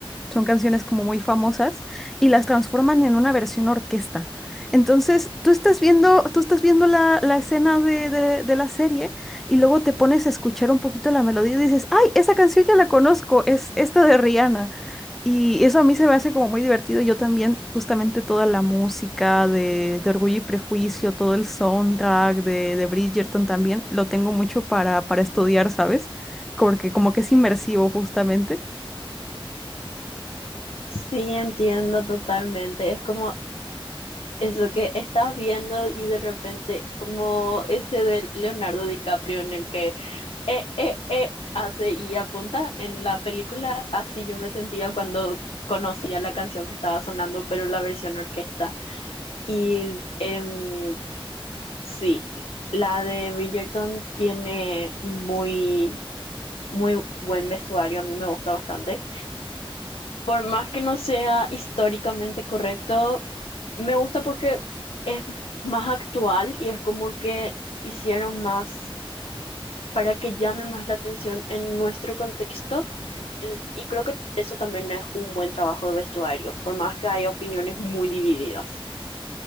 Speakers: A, in the centre; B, on the left.
A: son canciones como muy famosas y las transforman en una versión orquesta. Entonces, tú estás viendo, tú estás viendo la, la escena de, de- de la serie y luego te pones a escuchar un poquito la melodía y dices, ay, esa canción ya la conozco, es esta de Rihanna. Y eso a mí se me hace como muy divertido. Yo también, justamente toda la música de, de Orgullo y Prejuicio, todo el soundtrack de, de Bridgerton también, lo tengo mucho para, para estudiar, ¿sabes? Porque como que es inmersivo justamente.
B: Sí, entiendo totalmente. Es como eso que estás viendo y de repente, como ese de Leonardo DiCaprio en el que eh, eh, eh, hace y apunta en la película, así yo me sentía cuando conocía la canción que estaba sonando, pero la versión orquesta. Y em, sí, la de Bridgerton tiene muy, muy buen vestuario, a mí me gusta bastante. Por más que no sea históricamente correcto, me gusta porque es más actual y es como que hicieron más para que llame más la atención en nuestro contexto el- Y creo que eso también es un buen trabajo de vestuario, por más que haya opiniones muy divididas.